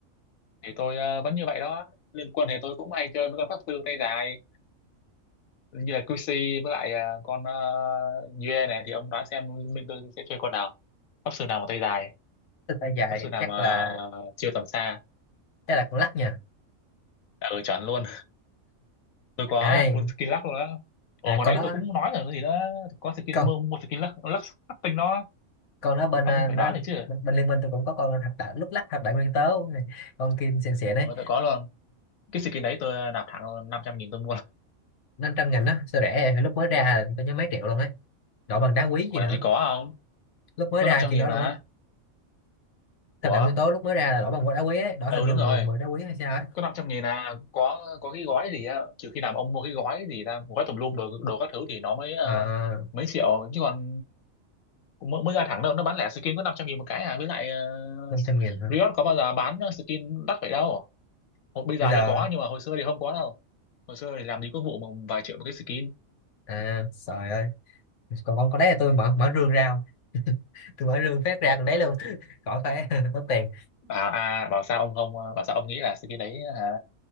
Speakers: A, on the left; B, on the left.
A: Thì tôi ờ, vẫn như vậy đó, liên quân thì tôi cũng hay chơi với con pháp sư tay dài, như là Cuxi với lại ờ, con uh, Yue này, thì ông đoán xem mình tôi sẽ chơi con nào? Pháp sư nào mà tay dài,
B: tôi tay dài
A: pháp sư nào
B: chắc
A: mà
B: là
A: chiêu tầm xa,
B: chắc là con lắc nha
A: ừ, chọn luôn. Tôi có
B: à,
A: full skill lắc luôn á. Ồ
B: à
A: mà
B: con
A: đấy
B: đó
A: tôi cũng nói rồi cái gì đó có skin
B: con
A: mua, mua skin lắc, lắc tinh đó
B: con đó bên
A: ông
B: ờ,
A: cũng
B: đó
A: phải đoán được chứ
B: bên, bên liên minh tôi cũng có con thập đại lúc lắc thập đại nguyên tố này. con kim xịn xịn
A: Ờ,
B: đấy,
A: tôi có luôn. Cái skin đấy tôi nạp thẳng năm trăm nghìn tôi mua.
B: năm trăm nghìn đó sao rẻ vậy? lúc mới ra tôi nhớ mấy triệu luôn ấy đổi bằng đá quý
A: Ủa
B: gì nữa
A: làm gì có không?
B: lúc mới
A: Có
B: ra
A: năm trăm
B: khi
A: nghìn
B: đó
A: mà.
B: luôn á
A: Ủa?
B: thập đại nguyên tố lúc mới ra là đổi bằng đá quý ấy đổi
A: Ừ
B: hình như
A: đúng
B: mười
A: rồi.
B: mười đá quý hay sao ấy
A: Có 500 nghìn à. Có có cái gói gì á. Trừ khi nào mà ông mua cái gói gì ra. Gói tùm lum đồ, đồ các thứ thì nó mới ờ,
B: à,
A: mấy triệu. Chứ còn mới, mới ra thẳng đâu. Nó bán lẻ skin có năm trăm nghìn một cái à. Với lại
B: năm
A: uh,
B: trăm nghìn hả
A: Riot có bao giờ bán skin đắt vậy đâu. Hồi- Bây giờ
B: bây giờ
A: thì có nhưng mà hồi xưa thì không có đâu. Hồi xưa thì làm gì có vụ mà vài triệu một cái skin.
B: à trời ơi còn con con đấy là tôi mở mở rương ra không? <laughs> tôi mở rương phát ra còn đấy luôn <laughs> khỏi phải <laughs> mất tiền
A: bảo à bảo sao ông không ờ, bảo sao ông nghĩ là skin đấy hả